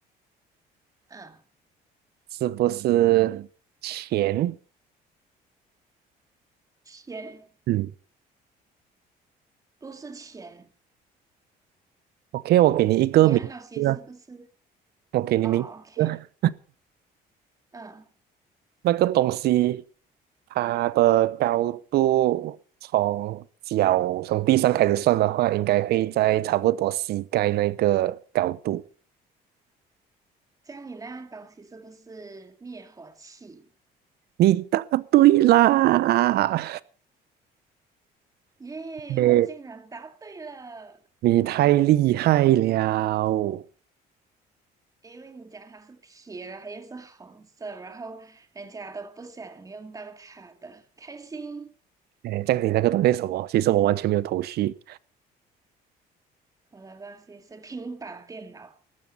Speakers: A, on the right (about 20°); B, on the right (about 70°).
A: 嗯，
B: 是不是钱
A: 钱
B: 嗯，
A: 不是钱，
B: ？OK，我给你一个名字啊，
A: 你那样东西是不是？
B: 我给你名字啊
A: 哦，OK，嗯，
B: 那个东西它的高度从脚从地上开始算的话，应该会在差不多膝盖那个高度。
A: 这样你那样东西是不是灭火器？
B: 你答对啦！
A: 耶，
B: 耶
A: 我竟然答对了！
B: 你太厉害了！
A: 因为你讲它是铁，然后又是红色，然后人家都不想用到它的，开心。
B: 哎，这样你那个东西是什么？其实我完全没有头绪。
A: 我的东西是平板电脑。